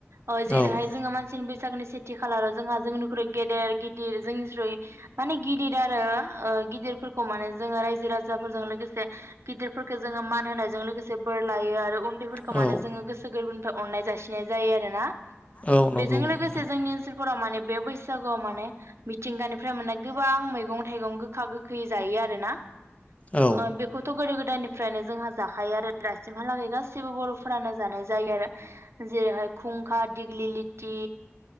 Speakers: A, on the right (about 70°); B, on the left (about 30°).
A: अ जेरैहाय
B: औ
A: जोङो मानसिनि बैसा बैसागुनि सेथि खालाराव जोंहा जोंनिख्रुइ गेदेर गिदिर जोंनिख्रुइ माने गिदिर आरो ओ गिदिरफोरखौ माने जोङो रायजो राजाफोरजों लोगोसे गिदिरफोरखौ जोङो मान होनायजों लोगोसे बोर लायो आरो फोरखौ
B: औ
A: माने जोङो गोसो गोरबोनि फ्राय अननाय जासिनाय जायो आरो ना।
B: औ नंगौ
A: बेजों लोगोसे
B: नोंथां
A: जोंनि ओनसोल फोराव माने बे बैसागोआव माने मिथिंगानिफ्राय माने गोबां मैगं थाइगं गोखा गोखै जायो आरो ना।
B: औ
A: ओ‌ बेखौथ' गोदो गोदायनिफ्रायनो जोंहा जाखायो आरो दासिमहालागै गासैबो बर'फोरानो जानाय जायो आरो जेरैहाय खुंखा दिग्लिलिथि